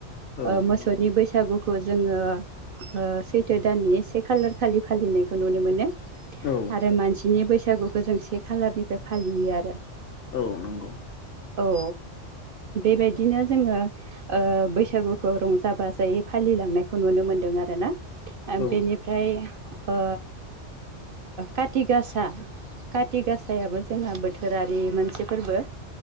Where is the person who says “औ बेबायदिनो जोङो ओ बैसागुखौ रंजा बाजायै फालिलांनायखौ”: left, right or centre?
Right